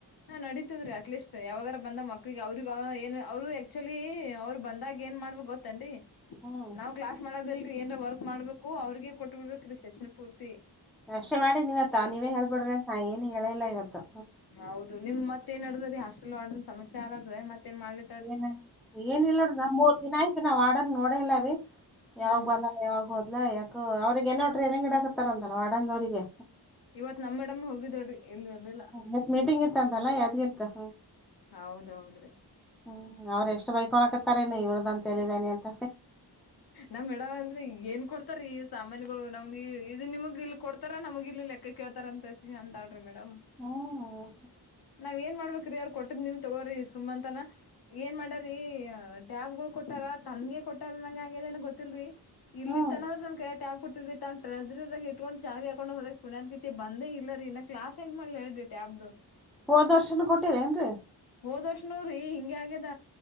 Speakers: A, on the left; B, in the centre.
A: ನಾ ನಡೀತದ್ರೀ ಅಟ್ಲೀಸ್ಟ್ ಯಾವಾಗಾರ ಬಂದ ಮಕ್ಳಿಗೆ ಅವ್ರಗ ಏನು ಅವ್ರರು ಆಕ್ಚುಲಿ ಅವ್ರು ಬಂದಾಗ ಏನ್ ಮಾಡ್ಬೇಕ ಗೊತ್ತೇನ್ರಿ
B: ಹ್ಮ್
A: ನಾವ್ ಕ್ಲಾಸ್ ಮಾಡದಲ್ರಿ ಏನ ವರ್ಕ್ ಮಾಡ್ಬೇಕು ಅವ್ರಗೆ ಕೊಟ್ಬ ಬಿಡ್ಬೇಕ್ರೀ ಸೆಷನ್ ಪೂರ್ತಿ.
B: ಅಷ್ಟೆ ಮಾಡಿನಿ ಇವತ್ತ ನೀವೇ ಹೇಳ್ಬಿಡ್ರಿ ಅಂತ್ ನಾ ಏನು ಹೇಳೇ ಇಲ್ಲ ಇವತ್ತು.
A: ಹೌದು ನಿಮ್ ಮತ್ತೇನ್ಡದದ್ರೀ ಹಾಸ್ಟೆಲ್ ವಾರ್ಡನ್ ಸಮಸ್ಯೆ ಆಲತದ ಮತ್ತೇನ್ ಮಾಡ್ಲಿ
B: ಏನ ಏನ್ ಇಲ್ಲೊಡ್ರ ನಮ್ ಮೂರ್ ದಿನ ಆಯ್ತು ನಾವ್ ವಾರ್ಡನ್ ನೋಡೆ ಇಲ್ಲ ರೀ ಯಾವಗ್
A: ಹಾ
B: ಬಂದ ಯಾವಾಗಬೋದಲಾ ಯಾಕೋ ಅವ್ರಿಗೆ ಏನೋಟ್ರೆ ಇಗಡಾಕತ್ತಾರ ಅಂತಲ್ಲ ವಾರ್ಡನ್ ದೋರಿಗೆ.
A: ಇವತ್ ನಮ್ ಮೇಡಮ್ನ ಹೋಗಿಳ್ರೀ ಇಲ್ಲಿ ಬರ್ಲಿಲ್ಲ.
B: ಮತ್ ಮೀಟಿಂಗ್ ಇತ್ತ್ ಅಂತಲ್ಲಾ ಯಾತ್ಗೀರ್ ಕ.
A: ಹೌದೌದ್ರಿ
B: ಹ್ಮ್ ಅವ್ರ ಎಷ್ಟ್ ಬೈಕೊಳಕತ್ತಾರೇನು ಇವ್ರದೊಂದ್ ತೇಲಿಬ್ಯಾನಿ ಅಂತ
A: ನಮ್ ಮೇಡಮ್ ಅಂದ್ರೆ ಏನ್ ಕೊಡ್ತಾರ್ರೀ ಸಾಮಾನಿಗೊಳು ನಮ್ಗೆ ಇದು ನಿಮಗ್ ಇಲ್ಲಿ ಕೊಡ್ತ ರ ನಮಗ ಇಲ್ಲಿ ಲೆಕ್ಕ ಕೇಳ್ತರ ಅಂತ ಅಂತಾಳ್ರಿ ಮೇಡಮ್
B: ಹ್ಮ್
A: ನಾವ್ ಏನ್ ಮಾಡ್ಬೇಕ್ರೀ ಅವ್ರ ಕೊಟ್ಟದ್ ನೀವ ತಗೋರಿ ಸುಮ್ಮಂತನ ಏನ್ ಮಾಡರಿ ಟ್ಯಾಬ್ಗೊಳು ಕೊಟ್ಟಾರ ತನ್ಗೆ ಕೊಟ್ಟ ಟ್ಟರನ್ನಂಗ ಆಗೆದನ ಗೊತ್ತಿಲ್ರಿ. ಇಲ್ಲಿ
B: ಹ್ಮ್
A: ತನ ಆದ್ರ ನನ್ ಕೈಯಾಗ್ ಟ್ಯಾಬ್ ಕೊಟ್ಟಿಲ್ರಿ ತನ್ ಟ್ರೆಜರಿದಾಗ ಇಟಕೊಂಡು ಚಾವಿ ಹಾಕೊಂಡ್ ಹೋದಾಕಿ ಪುಣ್ಯಾತ್ ತೆ ಬಂದೇ ಇಲ್ಲ ರೀ ನ ಕ್ಲಾಸ್ ಹೆಂಗ ಮಾಡ್ಲಿ ಹೇಳ್ರಿ ಟ್ಯಾಬ್ದು.
B: ಹೋದ್ ವರ್ಷನ ಕೊಟ್ಟಿದೆ ಏನ್ರಿ.
A: ಹೋದ್ ವರ್ಷನು ರೀ ಹಿಂಗೆ ಆಗ್ಯದ